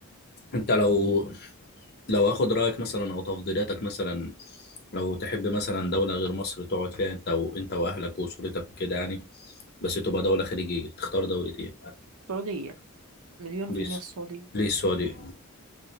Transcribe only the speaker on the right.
السعودية مليون
في المية السعودية